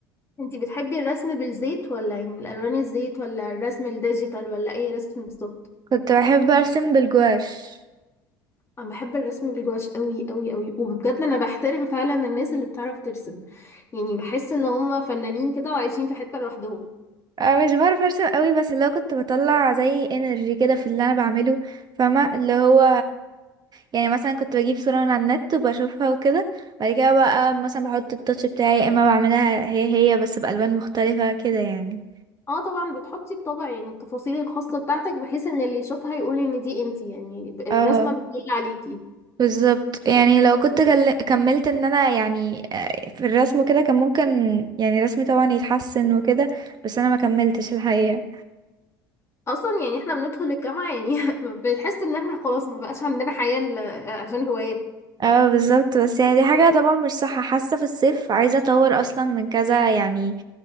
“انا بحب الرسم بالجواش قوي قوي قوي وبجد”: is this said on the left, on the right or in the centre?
Left